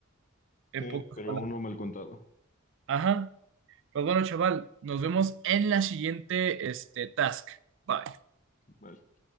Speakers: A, on the right; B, on the left.
A: en
B: Sí,
A: pocas
B: pero
A: palabras.
B: a uno mal contado.
A: Ajá. Pues bueno, chaval, nos vemos en la siguiente, este, task. Bye.
B: Vale.